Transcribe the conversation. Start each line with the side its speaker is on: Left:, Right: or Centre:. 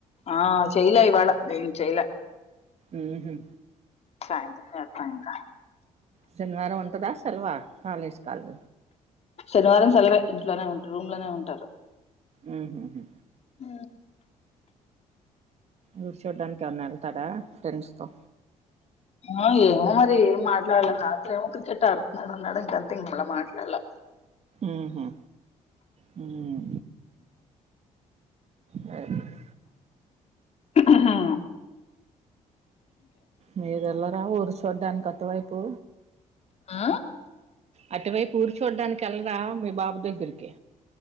Left: ఆ చేయలే ఇవాళ లేదు చేయలే
Right: ఉహూ
Left: సాయంత్రం చెత్తా ఇంక
Right: శనివారం ఉంటదా సెలవా కాలేజ్ కి హాల్
Left: శనివారం సెలవే ఇంట్లోనే ఉంటారు రూమ్ లోనే ఉంటారు
Right: ఉహూ హు
Left: ఊ
Right: ఊరు చూడ్డానికేన్నా వెళ్తాడా ఫ్రెండ్స్ తో
Left: ఆ ఏమో మరి ఏం మాట్లాడలే రాత్రి ఏమో క్రికెట్ ఆడుతున్నాడు అన్నాడు ఇంకంత ఇంకేం మాట్లాడలా
Right: అహా హ్మ్మ్ <inaudible>
Left: హా
Right: మీద ఎల్లర ఊరు చూడ్డానికి అటు వైపు
Left: ఆ
Right: అటువైపు ఊర్చూడ్డానికి వెళ్లరా మీ బాబు దగ్గరికి